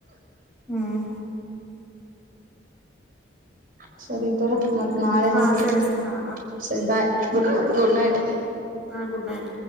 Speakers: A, in the centre; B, on the right.
A: ಹ್ಮ್
B: ಹ ಸರಿ ತ ಮತ್ತ್ ನಾಳೆ
A: ಹಾ
B: ಹಸ್ತ
A: ಸರಿ ಸರಿ ಹಾ
B: ಸರಿ ಬಾಯ್ ಗುಡ್
A: ಬಾಯ್
B: ನೈಟ್,
A: ಹಾ ಗುಡ್ ನೈಟ್